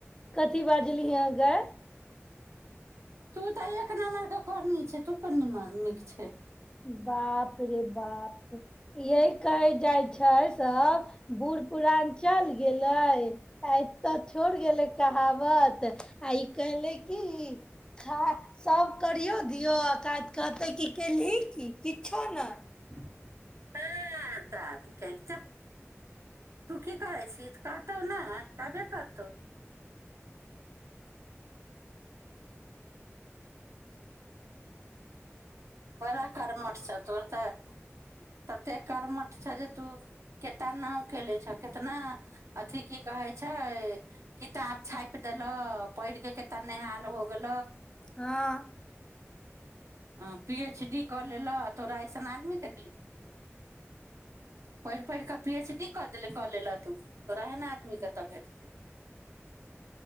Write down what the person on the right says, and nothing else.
तू तऽ एक नम्बर के कोढ़नी छे तू कोन नीमन नीक छे
हँ, दादी कहथिन, तूँ की करै छी? तऽ करतौ ने, की भे करतौ। बड़ा कर्मठ छौ तोर तऽ तते कर्मठ छौ जे तू केतना नाव केले छ कितना अथिी की कहै छ किताब छापि देलह पढ़ के कतना नेहाल हो गेल
ह पी एच डी कऽ लेलह थोड़ा अऐसन आदमी देख लीज पढ़ि पढ़ कऽ पी एच डी कऽ देले कले ल त त रहे ने आदमी के तऽ भेटतै